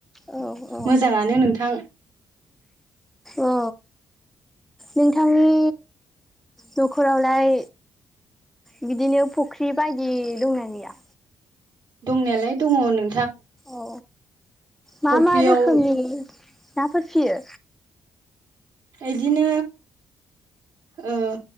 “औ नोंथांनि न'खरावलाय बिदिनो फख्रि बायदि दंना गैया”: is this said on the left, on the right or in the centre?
Centre